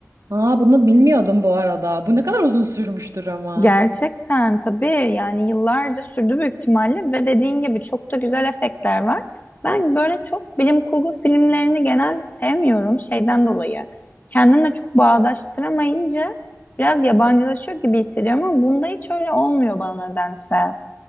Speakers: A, on the right; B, on the left.
A: Aa bunu bilmiyordum bu arada. Bu ne kadar uzun sürmüştür ama.
B: Gerçekten tabii yani yıllarca sürdü büyük ihtimalle ve dediğin gibi çok da güzel efektler var. Ben böyle çok bilim kurgu filmlerini genelde sevmiyorum şeyden dolayı. Kendimle çok bağdaştıramayınca biraz yabancılaşıyor gibi hissediyorum ama bunda hiç öyle olmuyor bana nedense.